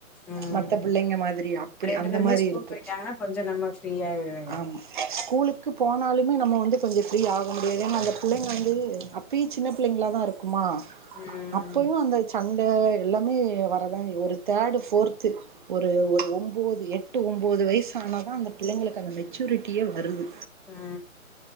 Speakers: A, in the centre; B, on the right.
A: ம்
B: மத்த பிள்ளைங்க மாதிரி அப்டி
A: ரெண்டு
B: அந்த
A: பேருமே
B: மாதிரி
A: ஸ்கூல்
B: இருக்கு
A: போயிட்டாங்கன்னா கொஞ்சோ நம்ம ஃப்ரீ ஆயிருவேங்க
B: ஆமா ஸ்கூலுக்கு போனாலுமே நம்ம வந்து கொஞ்சோ ஃப்ரீ ஆக முடியாது ஏன்னா அந்த பிள்ளைங்க வந்து அப்பயு சின்ன பிள்ளைங்களா தா இருக்குமா
A: ம்
B: அப்பயு அந்த சண்ட எல்லாமே வரதா ஒரு தேர்டு ஃபோர்த்து ஒரு ஒரு ஒம்போது எட்டு ஒம்போது வயசான தா அந்த பிள்ளைங்களுக்கு அந்த மெச்சூரிட்டியே வருது
A: ஆ